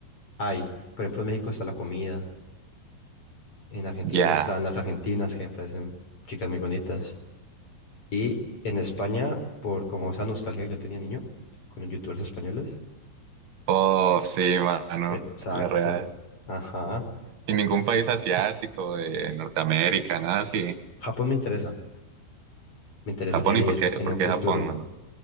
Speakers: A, on the left; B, on the right.
A: hay. Por ejemplo, en México está la comida. En Argentina
B: Ya.
A: están las argentinas, que me parecen chicas muy bonitas. Y en España, por como esa nostalgia que yo tenía niño, con los youtubers españoles.
B: Oh, sí, mano.
A: Exacto.
B: La real.
A: Ajá.
B: Y ningún país asiático, de Norteamérica, nada así.
A: Japón me interesa. Me interesaría
B: Japón, ¿y
A: ir
B: por qué,
A: en
B: por
A: un futuro.
B: qué Japón, mano?